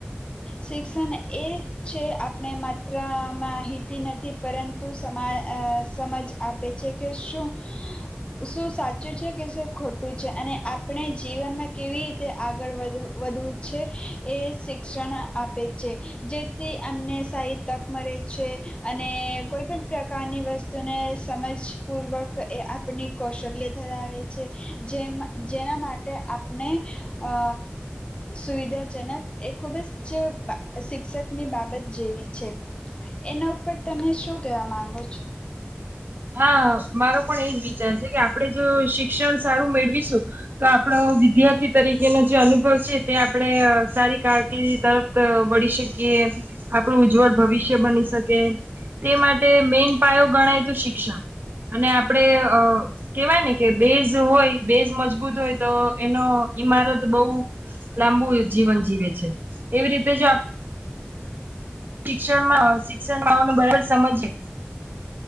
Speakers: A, on the left; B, on the right.
A: શિક્ષણ એ છે આપણે માત્ર માહિતી નથી પરંતુ સમા સમજ આપે છે કે શું શું સા. સાચું છે કે શું ખોટું છે અને આપણે જીવનમાં કેવી રીતે આગળ વધ વધવું છે એ શિક્ષણ આપે છે, જેથી અમને સારી તક મળે છે અને કોઈ પણણ પ્રકારની વસ્તુ તુને સમજપૂર્વક. એ આપની કૌશલ્ય. ધરાવે છે જેમ જેના માટે આપણે અ સુવિધાજનક. એ ખૂબ જ શિક્ષકની બાબત જેવી છે એના ઉપર તમે શું કહેવા માંગો છો.
B: હા મારો પણ એજ વિચાર છે કે આપણેે જો શિક્ષણ સારું મેળવીશું તો આપણો વિદ્યાર્થી તરીકેનો જે અનુભવ છે તે આપણે સારી કારકિર્દી તરફ વળી શકીએ આપણું ઉજ્જવળ ભવિષ્ય બની શકે તે માટે મેન પાયો ગણાય તો શિ ક્ષણ અને આપડે અ કેવાય ને. કે બેઝ હોય બેઝ. મજબૂત હોય તો એનો ઈમારત બહ લાંબુ જીવન જીવે છે એવી રીતે જો શિક્ષણમાં શિક્ષણમાંનું બરાબર સમજે.